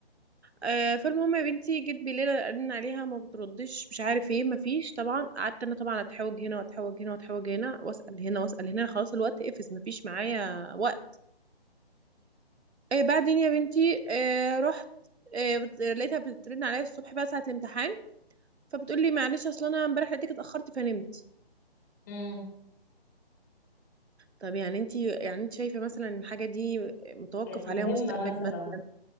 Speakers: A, on the right; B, on the left.
A: آه فالمهم يا بنتي جيت بالليل ارن عليها ما بتردش مش عارف ايه ما فيش طبعا قعدت انا طبعا اتحوج هنا واتحوج هنا واتحوج هنا واسال هنا واسال هنا خلاص الوقت قفز ما فيش معايا وقت آه بعدين يا بنتي آه رحت آه بت- لقيتها بترن عليا الصبح بقى ساعة الامتحان فبتقول لي معلش اصل انا امبارح لقيتك اتأخرت فنمت
B: امم
A: طب يعني انت يعني انت شايفة مثلا إن الحاجة دي متوقف
B: كانت مهمه
A: عليها مستقبلي
B: مثلا
A: مثلا